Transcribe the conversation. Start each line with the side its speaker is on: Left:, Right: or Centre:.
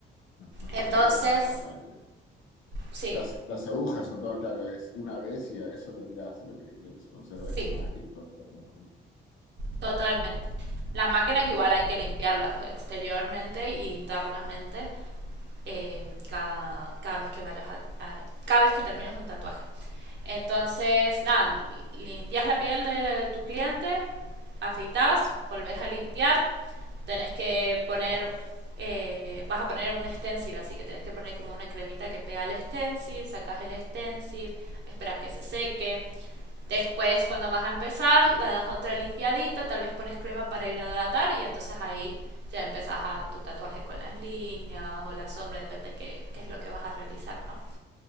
Left: no,
Right: Entonces,
Left: o sea, todo eso es descartable.
Right: sí,
Left: Las, las agujas son todo, claro, es una vez y a eso lo tiras, lo que, lo que se conserva es la
Right: sí,
Left: máquina y todo lo demás.
Right: totalmente. Las máquinas igual hay que limpiarlas exteriormente e internamente eh, cada, cada vez que vayas a, a- cada vez que termines un tatuaje. Entonces, nada, limpias la piel de, de tu cliente, afeitas, volvés a limpiar, tenés que poner, eh, vas a poner un stencil, así que tenés que poner como una cremita que pega el stencil, sacas el stencil, esperas que se seque. Después, cuando vas a empezar, le das otra limpiadita, tal vez pones crema para hidratar y entonces ahí ya empezás a tu tatuaje con las líneas o la sombra, depende de qué, qué es lo que vas a realizar, ¿no?